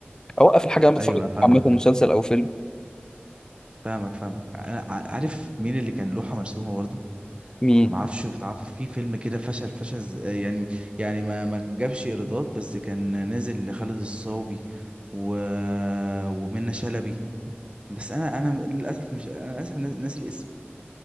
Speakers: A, on the left; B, on the right.
A: اوقف الحاجه اللي انا
B: ايوه
A: بتفرج
B: أنا
A: عليها
B: فاهمك
A: عامه مسلسل او فيلم
B: فاهمك فاهمك انا ع- عارف مين اللي كان لوحه مرسومه برضو
A: مين
B: ما اعرفش بتعرف في فيلم كده فشل فشل ز- يعني يعني ما ما جابش ايرادات بس كان نازل لخالد الصاوي و... ومنة شلبي بس انا انا للاسف مش انا للاسف ناس- ناسي الاسم